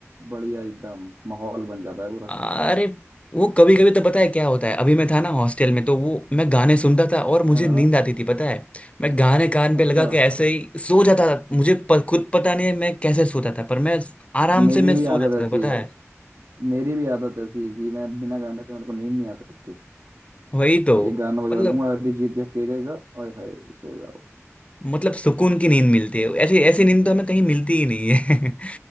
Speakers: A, on the right; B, on the left.
A: बढ़िया एकदम माहौल बन जाता है पूरा
B: अरे वो कभी कभी तो पता है क्या होता है अभी मैं था ना हॉस्टल में तो वो मैं गाने सुनता था और मुझे
A: हाँ
B: नींद आती थी पता है मैं गाने कान पे
A: अच्छा
B: लगा के ऐसे ही सो जाता था मुझे प, खुद पता नहीं है मैं कैसे सोता था पर मैं आराम
A: मेरी
B: से मैं
A: भी
B: सो
A: आदत
B: जाता
A: ऐसी
B: था पता
A: है
B: है
A: मेरी भी आदत ऐसी है कि मैं बिना गाने से मेरे को नींद नहीं आ सकती
B: वही तो
A: एक गाना बजा
B: मतलब
A: लूंगा अरिजीत या केके का ओए हाय सो जाओ
B: मतलब सुकून की नींद मिलती है ऐसी ऐसी नींद तो हमें कहीं मिलती ही नहीं है <laughs>